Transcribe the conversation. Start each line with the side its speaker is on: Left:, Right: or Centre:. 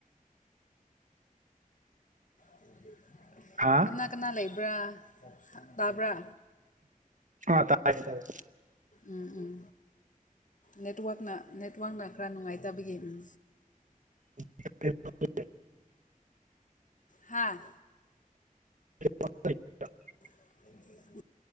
Left: ꯎ
Right: ꯍꯥꯥ
Left: ꯀꯅꯥ ꯀꯅꯥ ꯂꯩꯕ꯭ꯔꯥ ꯇꯕ꯭ꯔꯥ
Right: ꯑ ꯇꯥꯏꯌꯦ ꯇꯥꯏꯌꯦ
Left: ꯎꯝ ꯎꯝ ꯅꯦꯠꯋꯥꯛꯅ ꯅꯦꯠꯋꯥꯛꯅ ꯈꯔ ꯅꯨꯡꯉꯥꯏꯇꯕꯒꯤ ꯎꯝ
Right: <unintelligible>
Left: ꯍꯥꯥ
Right: <unintelligible>
Left: <unintelligible>